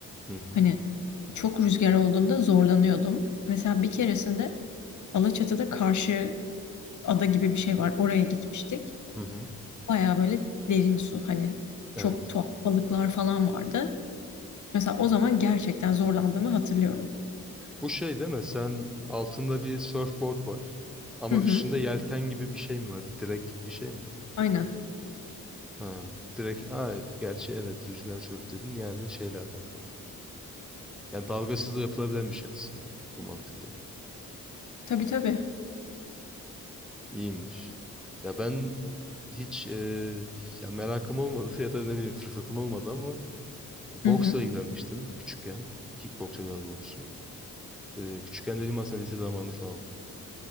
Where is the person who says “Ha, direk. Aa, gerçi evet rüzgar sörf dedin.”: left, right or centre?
Centre